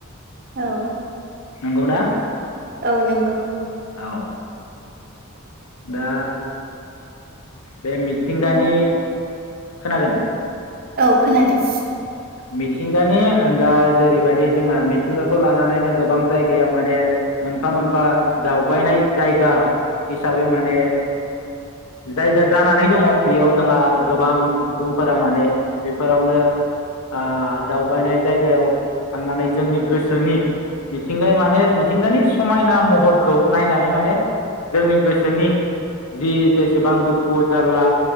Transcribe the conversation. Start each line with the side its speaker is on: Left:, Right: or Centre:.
Right: औ
Left: नंगौ ना
Right: औ नंगौ
Left: औ दा बे मिथिंगानि
Right: औ
Left: खोनादों?
Right: औ खोनादों।
Left: मिथिंगानि दा जेरैबायदि जोंहा मिथिंगाखौ लानानैनो गोबां जायगायाव माने मोनफा- मोनफा दावबायनाय जायगा हिसाबै माने जायगा जानानै दङ बेयाव जोंहा गोबां सुबुंफोरा माने बेफोरावनो आ दावबायनाय जायगायाव थांनानै जोंनि गोसोनि मिथिंगा माने मिथिंगानि समायना महरखौ नायनानै माने जोंनि गोसोनि जि जेसेबां दुखु जारला